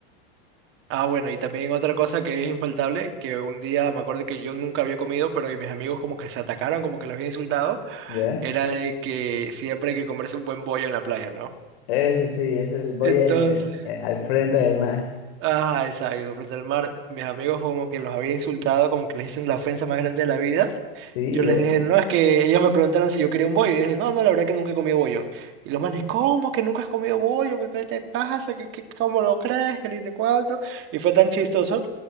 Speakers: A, on the right (about 40°); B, on the left (about 70°).
A: Ah, bueno, y también otra cosa que es infaltable, que un día me acuerdo que yo nunca había comido, pero y mis amigos como que se atacaron, como que los había insultado,
B: ¿ya?
A: era de que siempre hay que comerse un buen bollo en la playa, ¿no?
B: Eso sí, es el voy
A: Entonces,
B: en- en- al frente del mar.
A: Ajá, exacto, frente al mar. Mis amigos como que los había insultado, como que les hice la ofensa más grande de la vida.
B: Sí,
A: Yo les
B: o-
A: dije, no, es que ellos me preguntaron si yo quería un bollo. Y yo dije, no, no, la verdad que nunca he comido bollo. Y los manes, ¿cómo que nunca has comido bollo? ¿Qué, qué te pasa? ¿Qué, qué- cómo lo crees? ¿Qué le dice cuánto? Y fue tan chistoso